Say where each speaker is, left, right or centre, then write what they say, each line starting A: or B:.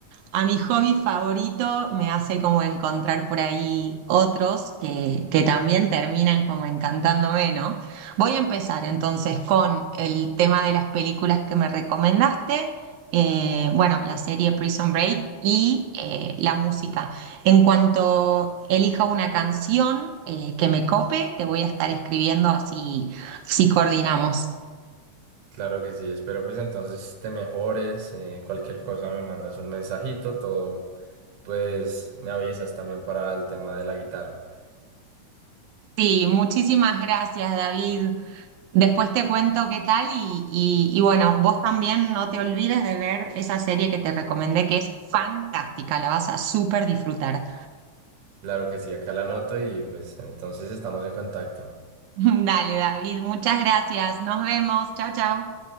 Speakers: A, on the right; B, on the right.
A: a mi hobby favorito me hace como encontrar por ahí otros que, que también terminan como encantándome, ¿no? Voy a empezar entonces con el tema de las películas que me recomendaste, eh, bueno, la serie Prison Break y eh, la música. En cuanto elija una canción eh, que me cope, te voy a estar escribiendo así, si coordinamos.
B: Claro que sí, espero pues entonces te mejores, eh, cualquier cosa me mandas un mensajito, todo, pues me avisas también para el tema de la guitarra.
A: Sí, muchísimas gracias, David. Después te cuento qué tal y, y, y bueno, vos también no te olvides de ver esa serie que te recomendé que es fantástica, la vas a súper disfrutar.
B: Claro que sí, acá la anoto y pues entonces estamos en contacto.
A: <laughs> Dale, David, muchas gracias. Nos vemos. Chao, chao.